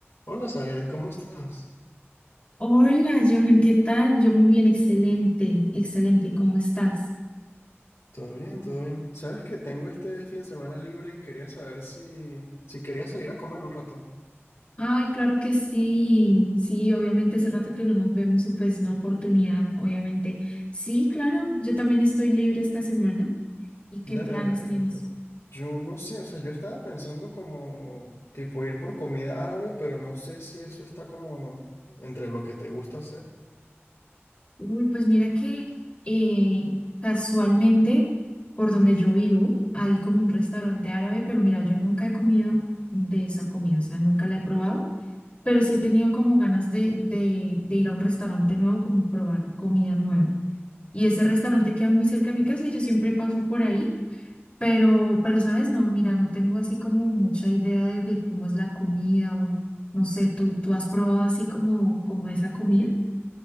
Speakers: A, on the left; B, on the left.
A: Hola, Zaret, ¿cómo estás?
B: Hola, Johan, ¿qué tal? Yo muy bien, excelente, excelente, ¿cómo estás?
A: Todo bien, todo bien. Sabes que tengo este fin de semana libre y quería saber si, si quería salir a comer un rato.
B: Ay, claro que sí, sí, obviamente hace rato que no nos vemos y pues una oportunidad, obviamente. Sí, claro, yo también estoy libre esta semana. ¿Y qué
A: Dale,
B: planes
A: dale, perfecto.
B: tienes?
A: Yo no sé, o sea, yo estaba pensando como tipo ir por comida árabe, pero no sé si eso está como entre lo que te gusta hacer.
B: Uy, pues mira que eh, casualmente por donde yo vivo hay como un restaurante árabe, pero mira, yo nunca he comido de esa comida, o sea, nunca la he probado pero sí he tenido como ganas de, de, de ir a un restaurante nuevo, como probar comida nueva. Y ese restaurante queda muy cerca de mi casa y yo siempre paso por ahí, pero, pero, ¿sabes? No, mira, no tengo así como mucha idea de, de cómo es la comida o no sé, ¿tú, tú has probado así como, como esa comida?